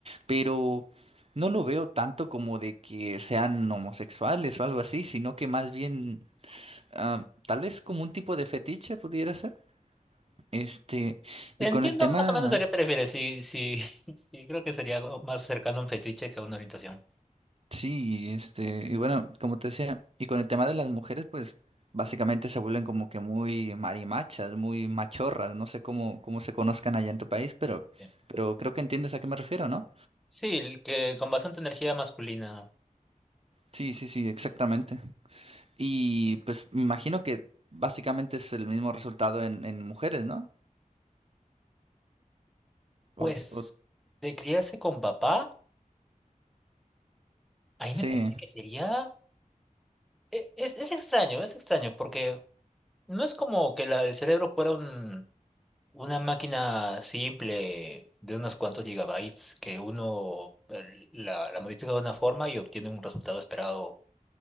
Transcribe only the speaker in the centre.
Entiendo
más o menos a qué te refieres. Sí, sí, <laughs> sí, creo que sería algo más cercano a un fetiche que a una orientación.
Sí,
Sí, el que con bastante energía masculina.
Pues,
de criarse con papá, ahí
me parece que sería. e- Es, es extraño, es extraño, porque no es como que la del cerebro fuera un- una máquina simple de unos cuantos gigabytes, que uno eh, la, la modifica de una forma y obtiene un resultado esperado